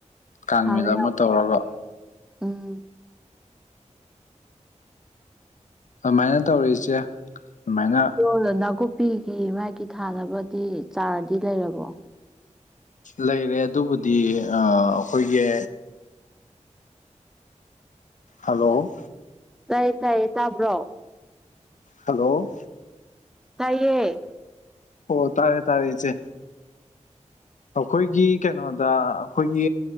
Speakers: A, on the left (about 80°); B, in the centre.
A: ꯀꯥꯡꯃꯤꯗ
B: ꯍꯥꯎꯋꯦ
A: ꯑꯃ ꯇꯧꯔꯒ
B: ꯍꯥꯎꯋꯦ
A: ꯑꯗꯨꯃꯥꯏꯅ ꯇꯧꯔꯤꯁꯦ ꯑꯗꯨꯃꯥꯏꯅ
B: ꯣ ꯅꯥꯀꯨꯞꯄꯤꯒꯤ ꯃꯥꯒꯤ ꯊꯥꯅꯕꯗꯤ ꯆꯥꯔꯗꯤ ꯂꯩꯔꯕꯣ
A: ꯂꯩꯔꯦ ꯑꯗꯨꯕꯨꯗꯤ ꯑꯩꯈꯣꯏꯒꯤ ꯍꯜꯂꯣ
B: ꯇꯥꯏꯌꯦ ꯇꯥꯏꯌꯦ ꯇꯥꯕ꯭ꯔꯣ
A: ꯍꯂꯣ
B: ꯇꯥꯏꯌꯦ
A: ꯑꯣ ꯇꯥꯔꯦ ꯇꯥꯔꯦꯆꯦ ꯑꯩꯈꯣꯏꯒꯤ ꯀꯩꯅꯣꯗ ꯑꯩꯈꯣꯏꯒꯤ